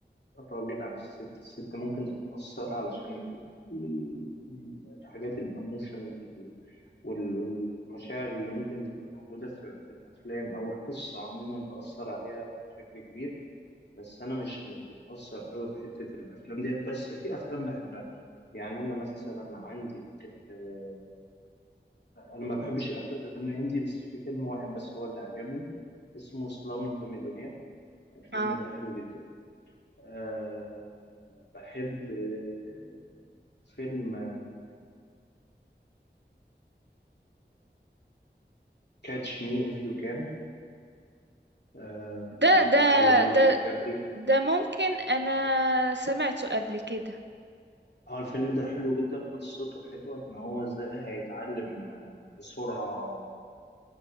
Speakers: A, on the left; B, on the right.
A: الراجل عن الست الست ممكن تتأثر علشان ال- ال- الحاجات الاموشن وال- والمشاعر اللي ممكن تبقى موجودة في, في الأفلام أو القصة عموما تأثر عليها بشكل كبير بس أنا مش مش بتأثر أوي بحتة الأفلام ديت بس في أفلام بحبها يعني أنا مثلا عندي آه، أنا ما بحبش الأفلام الهندي بس في فيلم واحد بس هو اللي عجبني اسمه سلام مليونير الفيلم
B: اه
A: ده حلو جدا أه بحب آه، فيلم أه كاتش مي إف يو كان آه،
B: ده
A: بتاع
B: ده
A: ليوناردو
B: ده
A: دي كابري
B: ده ممكن انا سمعته قبل كده
A: اه الفيلم ده حلو جدا قصته حلوة ان هو ازاي هيتعلم آه، بسرعة